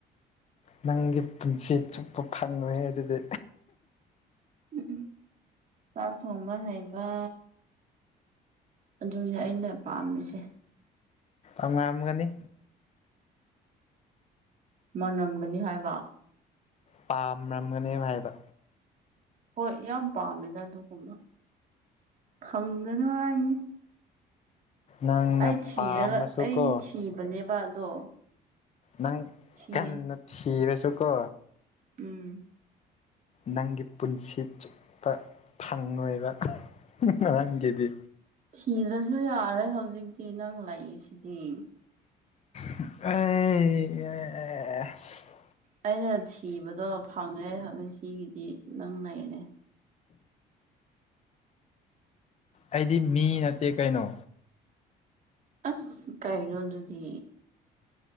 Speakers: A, on the left (about 40°); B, on the right (about 50°).
A: ꯅꯪꯒꯤ ꯄꯨꯟꯁꯤ ꯆꯨꯞꯄ ꯐꯪꯉꯦ ꯑꯗꯨꯗꯤ
B: ꯎꯝ <unintelligible> ꯆꯥꯛ ꯊꯣꯡꯕ ꯍꯩꯕ ꯑꯗꯨꯅꯦ ꯑꯩꯅ ꯄꯥꯝꯃꯤꯁꯦ
A: ꯑꯃꯝꯒꯅꯤ꯫
B: ꯃꯅꯝꯒꯅꯤ ꯍꯥꯏꯕ꯫
A: ꯄꯥꯝꯔꯝꯒꯅꯤ ꯍꯥꯏꯕ꯫
B: ꯍꯣꯏ ꯌꯥꯝ ꯄꯥꯝꯃꯦꯗ ꯑꯗꯨꯒꯨꯝꯕ ꯈꯪꯗꯅꯉꯥꯏꯅꯤ꯫
A: ꯅꯪꯅ
B: ꯑꯩ ꯊꯤꯔꯒ
A: ꯄꯥꯝꯔꯁꯨꯀꯣ
B: ꯑꯩ ꯊꯤꯕꯅꯦꯕ ꯑꯗꯣ,
A: ꯅꯪ
B: ꯊꯤ
A: ꯀꯟꯅ ꯊꯤꯔꯁꯨ ꯀꯣ
B: ꯎꯝ
A: ꯅꯪꯒꯤ ꯄꯨꯟꯁꯤ ꯆꯨꯞꯄ ꯐꯪꯂꯪꯂꯣꯏꯕ ꯅꯪꯒꯤꯗꯤ꯫
B: ꯊꯤꯗ꯭ꯔꯁꯨ ꯌꯥꯔꯦ ꯍꯧꯖꯤꯛꯇꯤ ꯅꯪ ꯂꯥꯛꯏꯁꯤꯗꯤ꯫
A: ꯑꯦ
B: ꯑꯩꯅ ꯊꯤꯕꯗꯣ ꯐꯪꯉꯦ ꯉꯁꯤꯒꯤꯗꯤ ꯅꯪ ꯂꯩꯔꯦ꯫
A: ꯑꯩꯗꯤ ꯃꯤ ꯅꯠꯇꯦ ꯀꯩꯅꯣ꯫
B: ꯑꯁ ꯀꯩꯅꯣ ꯑꯗꯨꯗꯤ꯫